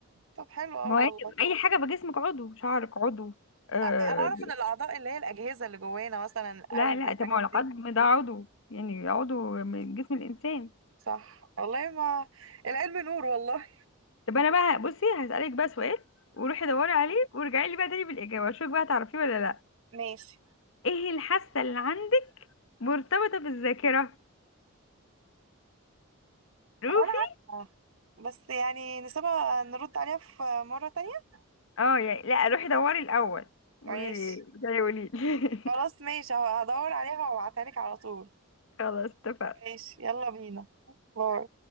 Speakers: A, on the right; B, on the left.
A: طب حلو اه
B: مواكب
A: والله
B: اي حاجة بجسمك عضو شعرك عضو آه
A: ا- انا اعرف ان الاعضاء اللي هي الاجهزة اللي جوانا مثلا القلب
B: لا لا
A: الحاجات
B: طب ما هو العظم
A: دي
B: ده عضو يعني عضو من جسم الانسان
A: صح والله ما العلم نور والله
B: طب انا بقى بصي هسألك بقى سؤال وروحي دوري عليه وارجعي لي بقى تاني بالإجابة اشوفك بقى هتعرفيه ولا لا
A: ماشي
B: ايه الحاسة اللي عندك مرتبطة بالذاكرة روفي
A: او انا عارفة بس يعني نسيبها نرد عليها في مرة تانية
B: اه يعني لا روحي دوري الأول وتقولي
A: ماشي
B: لي
A: خلاص ماشي هدور عليها وابعتها لك على طول
B: <laughs> خلاص اتفقنا
A: ماشي يلا بينا باي